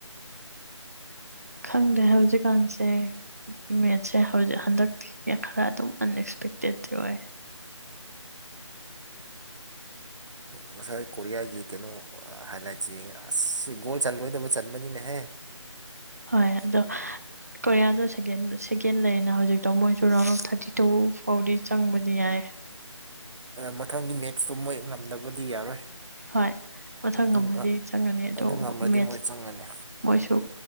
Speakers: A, on the right; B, on the right.
A: ꯈꯪꯗ꯭ꯔꯦ ꯍꯧꯖꯤꯛꯀꯥꯟꯁꯦ ꯃꯦꯠꯁꯦ ꯍꯧꯖꯤꯛ ꯍꯟꯗꯛꯇꯤ ꯈꯔ ꯑꯗꯨꯝ ꯑꯟꯑꯛꯁꯄꯦꯛꯇꯦꯠꯇꯤ ꯑꯣꯏ
B: ꯉꯁꯥꯏ ꯀꯣꯔꯤꯌꯥꯒꯤ ꯀꯩꯅꯣ ꯍꯥꯏꯂꯥꯏꯠꯁꯤꯉꯦ ꯑꯁ ꯒꯣꯜ ꯆꯜꯂꯣꯏꯗꯕ ꯆꯟꯕꯅꯤꯅꯍꯦ
A: ꯍꯣꯏ ꯑꯗꯣ ꯀꯣꯔꯤꯌꯥꯗ ꯁꯦꯦꯟ ꯁꯦꯀꯦꯟ ꯂꯩꯌꯦꯅ ꯍꯧꯖꯤꯛꯇꯣ ꯃꯣꯏꯁꯨ ꯔꯥꯎꯟ ꯑꯣꯐ ꯊꯥꯔꯇꯤ ꯇꯨ ꯐꯥꯎꯗꯤ ꯆꯪꯕꯗꯤ ꯌꯥꯏ
B: ꯃꯊꯪꯒꯤ ꯃꯦꯠꯁꯇꯣ ꯃꯣꯏ ꯉꯝꯗꯕꯗꯤ ꯌꯥꯔꯣꯏ
A: ꯍꯣꯏ ꯃꯊꯪ
B: ꯑꯗꯨ
A: ꯑꯃꯗꯤ ꯆꯪꯒꯅꯤ ꯑꯗꯣ
B: ꯑꯗꯨ ꯉꯝꯃꯗꯤ
A: ꯃꯦ
B: ꯃꯣꯏ ꯆꯪꯉꯅꯤ
A: ꯃꯣꯏꯁꯨ